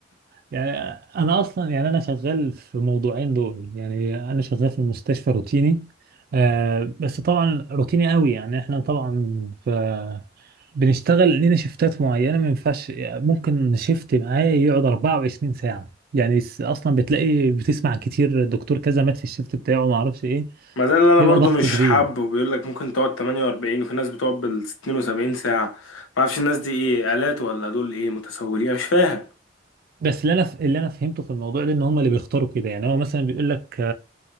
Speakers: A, on the right; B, on the left.
A: يعني انا اصلا يعني انا شغال في موضوعين دول يعني انا شغال في المستشفى روتيني آه بس طبعا روتيني قوي يعني احنا طبعا ف بنشتغل لينا شيفتات معينه ما ينفعش ممكن شيفت معايا يقعد 24 ساعه يعني س- اصلا بتلاقي بتسمع كتير دكتور كذا مات في الشيفت بتاعه ما اعرفش ايه
B: ما ده اللي انا
A: بيبقى
B: برضو
A: ضغط
B: مش
A: كبير
B: حابه بيقول لك ممكن تقعد 48 وفي ناس بتقعد بال 72 ساعة ما اعرفش الناس دي ايه آلات ولا دول ايه متسولين أنا مش فاهم
A: بس اللي انا ف... اللي انا فهمته في الموضوع ده ان هم اللي بيختاروا كده يعني هو مثلا بيقول لك